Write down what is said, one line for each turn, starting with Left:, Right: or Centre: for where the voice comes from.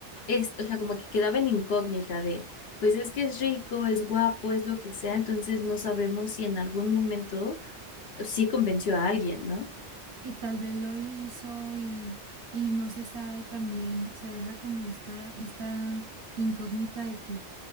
Left: es, o sea, como que quedaba en incógnita de, pues es que es rico, es guapo, es lo que sea, entonces no sabemos si en algún momento sí convenció a alguien, ¿no?
Right: Y tal vez lo hizo y, y no se sabe también, se deja como esta, esta incógnita de que